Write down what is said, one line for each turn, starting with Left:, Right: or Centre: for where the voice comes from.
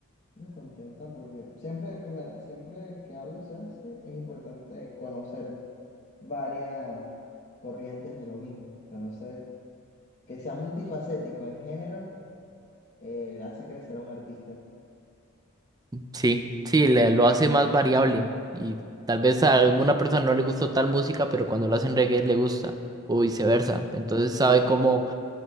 Left: Me contenta porque siempre, primero, siempre que algo se hace es importante conocer varias corrientes de lo mismo. Entonces, que sea multifacético en género, eh, hace crecer a un artista.
Right: Sí, sí, le- lo hace más variable y tal vez a alguna persona no le gustó tal música, pero cuando lo hacen reggae le gusta o viceversa. Entonces sabe cómo